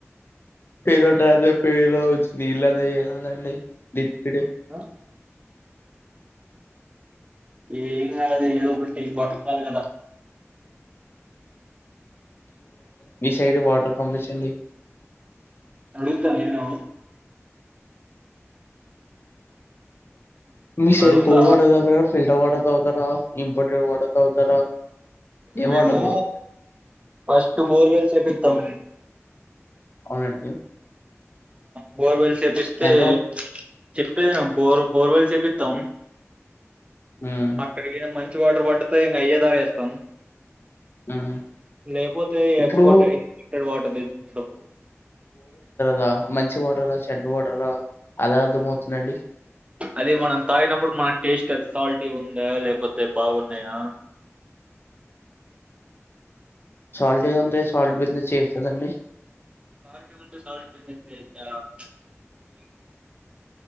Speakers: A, on the left; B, on the right.
A: పేరుట రాజ పేలో నీళ్ళలాదండి <unintelligible> ఇక్కడ
B: ఆ? ఏం కాదు ఏదో ఒకటి తిని పడుకోవాలి కదా
A: మీ సైడ్ వాటర్ పంపించండి
B: అడుందాం నను
A: మీ సైడ్
B: అడుగుతా
A: బోర్ వాటర్ ఫిల్టర్ వాటర్ తగుతర ఇంపర్టెడ్ వాటర్ తాగుతారా ఏ
B: మేము
A: వాటర్ తాగుతారు
B: ఫస్ట్ బోర్వేల్ చేపిస్తాము
A: అవునండి
B: బోర్ వెల్ చెప్పిస్తే
A: ఎంత అవు
B: చెప్పేది ను బోరు బోర్వెల్స్ చేపిస్తాం
A: ఉమ్
B: అక్కడకి మంచి మంచి వాటర్ పడితే ఇంకా అయ్యే తాగిస్తాము
A: ఉమ్
B: లేకపోతే
A: ఇప్పుడు
B: ఎక్స్పోర్ట్ ఇన్టెడ్ వాటర్ తెచ్చుకుంటాం
A: దా మంచి వాటర్ చెడ్డ వాటర్ అలా అర్థంమవుతుందండి
B: అది మనం తాగినప్పుడు మన టేస్ట్ అది సాల్టీగా ఉందా లేకపోతే బాగున్నాయా
A: సాల్ట్ ఏద ఉంది సాల్ట్ మీద చేస్తుందండి
B: <unintelligible> <inaudible>